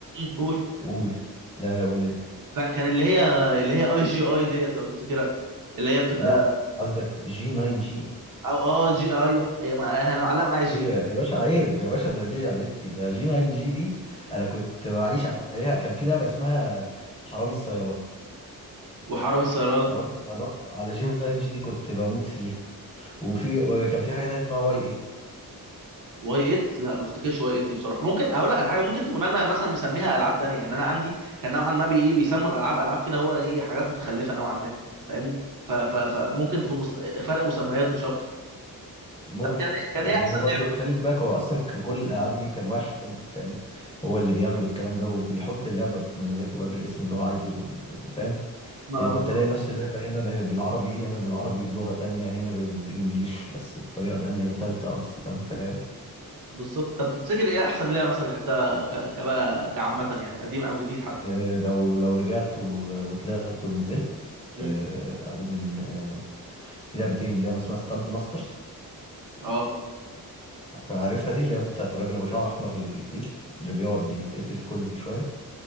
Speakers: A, on the right; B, on the left.
A: مم، قول
B: قول لا لا قول انت
A: كان كان اللي هي اللي هي اي جي اي ديت لو تفتكرها اللي هي بتبقى
B: لا قصدك جي 9 جي
A: او اه جي ايوه هي مع- انا معلقه معايا جي
B: ايه يا يا باشا عيب يا باشا ده دي لعبتي ده جي 9 جي دي انا كنت بعيش عليها كان في لعبه اسمها حرامي السيارات
A: وحرامي السيارات
B: حرام اتعرفت على جين ان جي دي كنت بموت فيها وفي وكان في حاجه تانية اسمها واي 8
A: واي 8 لا ما افتكرش واي 8 دي بصراحه ممكن اقول لك على حاجه ممكن تكون انا مثلا مسميها العاب تانية يعني انا عندي كان نوعا ما بي ايه بيسموا الالعاب العاب كده هو ايه حاجات متخلفه نوعا ما فاهمني ف- ف- فممكن تكون مست... فرق مسميات مش اكتر
B: ممكن
A: طب كان ايه كان
B: لان
A: ايه احسن
B: هو برضو
A: لعبه مثلا
B: خلي بالك هو اصلا كان كل الالعاب دي كان واحد فاهم هو اللي بيعمل الكلام ده وبيحط اللعبه بمزاجه بقى بالاسم اللي هو عايزه بال... بال- فاهم
A: ما
B: يعني كنت
A: بالظبط
B: الاقي نفس اللعبه هنا به- بالعربي هنا بالعربي بلغه تانية هنا بالانجليش بس بطريقه تانية تالتة اصلا فاهم
A: بالظبط طب تفتكر ايه احسن لعبه مثلا لعبتها ك... كبقى كعامه يعني قديم او جديد حتى
B: آه، لو لو رجعت و- وطلعت ونزلت
A: مم.
B: آه، اقول ان آه، في لعبتين لعبه اسمها ستانت ماستر
A: اه
B: عارفها دي اللي هي بتاعت الراجل ابو شعر احمر اللي بيطير اللي بيقعد يتقتل كل شويه